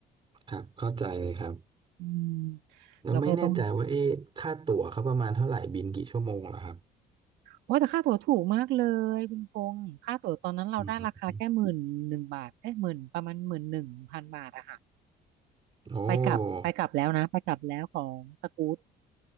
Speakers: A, on the right (about 30°); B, on the right (about 80°).
A: ครับเข้าใจเลยครับ
B: อืม
A: แล้วไม่แน่ใจว่าเอ๊ะค่าตั๋วเขาประมาณเท่าไหร่บินกี่ชั่วโมงเหรอครับ
B: เราก็เลยต้องโอ้แต่ค่าตั๋วถูกมากเลยคุณพงษ์ค่าตั๋วตอนนั้นเราได้ราคาแค่หมื่นหนึ่งบาทเอ๊หมื่นประมาณหมื่นหนึ่งพันบาทอะค่ะ
A: อืมโอ้
B: ไปกลับไปกลับแล้วนะไปกลับแล้วของสกู๊ต